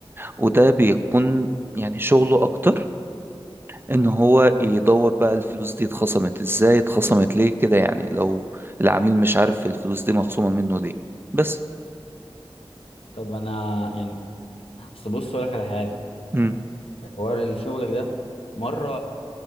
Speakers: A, on the right; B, on the left.
A: وده بيكون يعني شغله أكتر ان هو يدور بقى الفلوس دي اتخصمت ازاي اتخصمت ليه كده يعني لو العميل مش عارف الفلوس دي مخصومة منه ليه بس
B: طب انا يعني اصل بص اقول لك على حاجه
A: مم.
B: في حوار الشغل ده مره